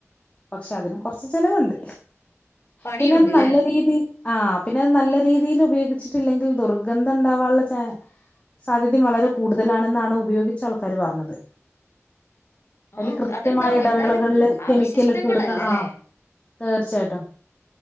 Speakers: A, on the left (about 25°); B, on the left (about 55°).
A: പക്ഷെ അതിന് കൊറച്ച് ചെലവ്ണ്ട്
B: പണിയുണ്ട്‌ല്ലേ?
A: പിന്നത് നല്ല രീതി ആഹ് പിന്നത് നല്ല രീതിയിലുപയോഗിച്ചിട്ടില്ലെങ്കിൽ ദുർഗന്ധണ്ടാൻള്ള ചാ സാധ്യതേം വളരെ കൂടുതലാണെന്നാണ് ഉപയോഗിച്ചാൾക്കാര് പറഞ്ഞത് അയില്
B: ആഹ്
A: കൃത്യമായ
B: അതുണ്ടാവും
A: ഇടവേളകളില്
B: എന്തായാലും
A: കെമിക്കല്ട്ട്
B: അവശിഷ്ടങ്ങളല്ലല്ലേ?
A: കൊടുക്കണം ആഹ് തീർച്ചയായിട്ടും